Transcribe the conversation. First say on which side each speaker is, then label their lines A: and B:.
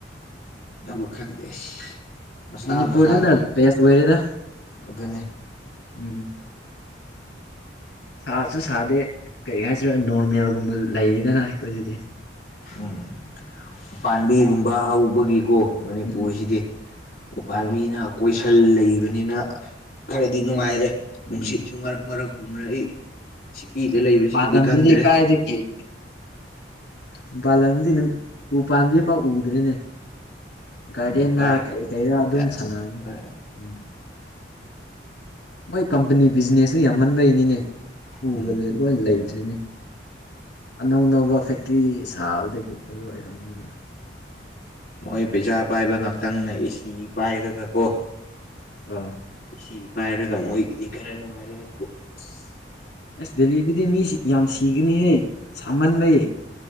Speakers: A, on the left; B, on the left.
A: ꯑꯗꯨꯕ ꯈꯪꯗꯦ ꯑꯁ ꯃꯁꯥ
B: ꯃꯅꯤꯄꯨꯔꯗꯅ
A: ꯃꯁꯥꯒꯤ
B: ꯕꯦꯁ ꯑꯣꯏꯔꯦꯗ
A: ꯑꯗꯨꯅꯤ
B: ꯎꯝ ꯁꯥꯕꯁꯨ ꯁꯥꯗꯦ ꯀꯩ ꯍꯥꯏꯁꯦꯔꯥ ꯅꯣꯔꯃꯦꯜꯒꯨꯝꯕ ꯂꯩꯔꯤꯗꯅ ꯑꯩꯈꯣꯏꯗꯗꯤ
A: ꯎꯝ ꯎꯄꯥꯥꯝꯕꯤꯒꯨꯝꯕ ꯍꯧꯕꯒꯤ ꯀꯣ ꯃꯅꯤꯄꯨꯔꯁꯤꯗꯤ
B: ꯎꯝ
A: ꯎꯄꯥꯥꯟꯕꯤꯅ
B: ꯑ
A: ꯀꯣꯏꯁꯟ ꯂꯩꯕꯅꯤꯅ ꯈꯔꯗꯤ ꯅꯨꯡꯉꯥꯏꯔꯦ ꯅꯨꯡꯁꯤꯠꯁꯨ
B: ꯎꯝ
A: ꯃꯔꯛ ꯃꯔꯛ ꯍꯨꯝꯔꯛꯏ ꯁꯤꯇꯤꯗ ꯂꯩꯕꯁꯤꯡꯗꯤ
B: ꯃꯄꯂꯝꯗꯗꯤ
A: ꯈꯪꯗ꯭ꯔꯦ
B: ꯀꯥꯢꯗꯒꯤ ꯍꯤꯍꯦ ꯃꯄꯥꯜꯂꯝꯗꯤ ꯎ ꯄꯥꯝꯕꯤ ꯄꯥꯎ ꯎꯗ꯭ꯔꯦꯅꯦ
A: ꯑꯗꯨꯅ
B: ꯒꯥꯔꯗꯦꯟꯗ
A: ꯗꯨꯕꯥꯏꯒꯨꯝꯕꯁꯤꯗꯤ
B: ꯀꯩ ꯀꯩꯔ ꯑꯗꯨꯝ
A: ꯑꯁ
B: ꯁꯥꯟꯅꯔꯅꯤ
A: ꯂꯣꯏꯔꯦ
B: ꯎꯝ ꯃꯣꯏ ꯀꯝꯄꯅꯤ ꯕꯤꯖꯤꯅꯦꯁꯁꯦ ꯌꯥꯝꯃꯟꯕꯩꯅꯤꯅꯦ ꯄꯨꯒ
A: ꯎꯝ
B: ꯂꯣꯏ ꯂꯩꯇ꯭ꯔꯦꯅꯦ ꯑꯅꯧ ꯑꯅꯧꯕ ꯐꯦꯛꯇ꯭ꯔꯤ ꯁꯥꯕꯗꯒꯤ ꯑꯗꯨ ꯑꯣꯏꯔꯝꯅꯤꯕ
A: ꯃꯣꯏ ꯄꯩꯁꯥ ꯄꯥꯏꯕ ꯉꯥꯛꯇꯪꯅ ꯑꯦꯁꯤ ꯄꯥꯏꯔꯒ ꯀꯣ
B: ꯑꯥ
A: ꯑꯦꯁꯤ ꯄꯥꯏꯔꯒ ꯃꯣꯏꯒꯤꯗꯤ ꯈꯔ ꯅꯨꯡꯉꯥꯏꯔꯦ ꯑꯗꯨꯕꯨ ꯑꯁ
B: ꯑꯁ ꯗꯦꯜꯂꯤꯗꯗꯤ ꯃꯤ ꯌꯥꯝ ꯁꯤꯒꯅꯤꯍꯦ ꯁꯥꯃꯟꯕꯩ